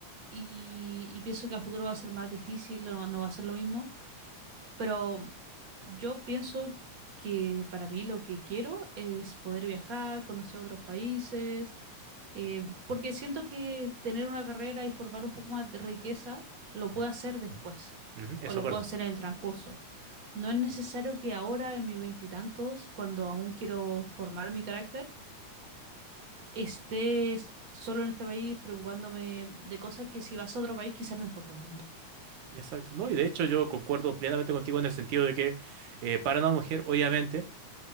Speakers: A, on the right; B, on the right.
A: y, y pienso que a futuro va a ser más difícil, no, no va a ser lo mismo, pero yo pienso que para mí lo que quiero es poder viajar, conocer otros países Eh, porque siento que tener una carrera y formar un poco más de riqueza lo puedo hacer después
B: ujú, eso
A: o lo
B: es verdad.
A: puedo hacer en el transcurso. No es necesario que ahora, en mis veintitantos, cuando aún quiero formar mi carácter, esté s- solo en este país preocupándome de cosas que si vas a otro país quizás no importan tanto.
B: Exacto. No, y de hecho yo concuerdo plenamente contigo en el sentido de que eh, para una mujer, obviamente,